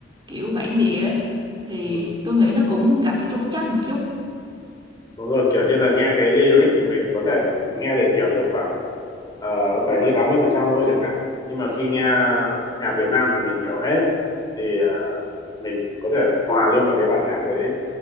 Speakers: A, on the right; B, on the left.
A: kiểu bản địa á, thì
B: ừ.
A: tôi nghĩ nó cũng gặp trục trặc một chút.
B: Đúng rồi, kiểu như là nghe cái lyric thì mình có thể nghe được hiểu được khoảng uh, 70-80% thôi chẳng hạn. Nhưng mà khi nghe nhạc Việt Nam thì mình hiểu hết. Thì ờ, mình có thể hòa luôn vào cái bản nhạc đấy